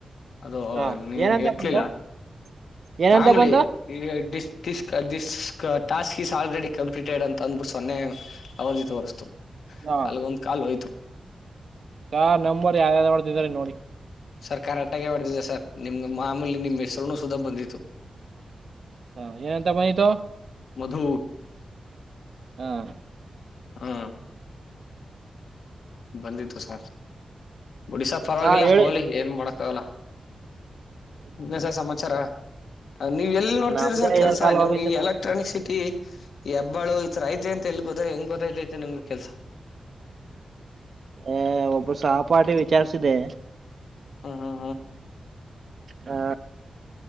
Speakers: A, on the left (about 80°); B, on the right (about 60°).
A: ಅದು
B: ಹ
A: ನೀವು
B: ಏನಂತ
A: ಎತ್ಲಿಲ್ಲ
B: <inaudible>
A: ಮಾಮೂಲಿ
B: ಬಂತು
A: <unintelligible> ಟಾಸ್ಕ್ ಇಸ್ ಆಲ್ರೆಡಿ ಕಂಪ್ಲೀಟೆಡ್ ಅಂತ ಅಂದ್ಬಿಟ್ಟು ಸೊನ್ನೆ ಅವಧಿ ತೋರಿಸ್ತು
B: ಹ
A: ಅಲ್ಲಿಗೆ ಒಂದ್ ಕಾಲು ಹೋಯ್ತು
B: ಚಾ ನಂಬರ್ ಯಾವ್ದ ಯಾವ್ದ ಒಡ್ದ ಇದ್ರೀ ನೋಡಿ
A: ಸರ್ಕಾರ ಆಟಕ್ಕೆ ಹೊಡೆದಿದೆ ಸರ್ ನಿಮ್ ಮಾಮೂಲಿ ನಿಮ್ ಹೆಸರುನು ಸುದಾ ಬಂದಿತ್ತು
B: ಹಾ ಏನಂತ ಬಂದಿತು
A: ಮಧು
B: ಹಾ
A: ಹ್ಮ ಬಂದಿತ್ತು ಸ ಬಿಡಿ ಸರ್ ಪರವಾಗಿಲ್ಲ
B: ಹಾ ಹೇಳಿ
A: ಹೋಗ್ಲಿ ಏನ್ ಮಾಡಕಾಗಲ್ಲ
B: ಹ್ಮ್
A: ಇಲ್ ಸರ್ ಸಮಾಚಾರ ನೀವ್ ಎಲ್ಲಿ ನೋಡ್ತಿದ್ರರಿ
B: ನಮ್ದೇ
A: ಸರ್ ಕೆಲ್ಸ
B: ಐದಾರು ಕಾಲ್
A: ನಿಮ್ಗೆ
B: ಹೋಗೈತೆ ಬಂದು
A: ಎಲೆಕ್ಟ್ರಾನಿಕ್ ಸಿಟಿ ಹೇಬ್ಬಾಳು ಈ ತರ ಐತೆತಿ ಅ ಎಲ್ಲಿ ಗೊದ ಹೆಂಗ ಗೋತ ಐತಿ ನಿಮ್ಗೆ ಕೆಲ್ಸಾ
B: ಅ ಒಬ್ಬರು ಸಹ ಪಾಠಿ ವಿಚಾರಿಸಿದೆ
A: ಹ ಹಾ
B: ಹಾ